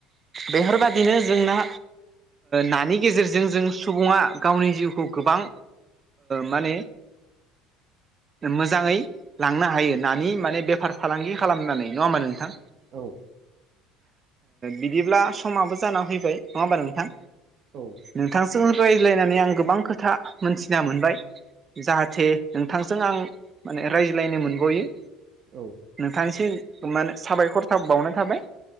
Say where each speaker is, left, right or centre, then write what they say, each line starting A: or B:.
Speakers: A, on the right; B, on the right.
A: बेफोरबायादिनो जोंना नानि गेजेरजों जों सुबुङा गावनि जिउखौ गोबां माने मोजाङै लांनो हायो नानि माने बेफार फालांगि खालामनानै नङा होनबा नोंथां
B: औ
A: बिदिब्ला समाबो जाना फैबाय नङा होमबा नोंथां
B: औ
A: नोंथांजों रायज्लायनानै आं गोबां खोथा मोनथिना मोनबाय जाहाथे नोंथांजों आं माने रायज्लायनो मोनबावयो
B: औ
A: नोंथां एसे मान साबायखर थ बावनाय थाबाय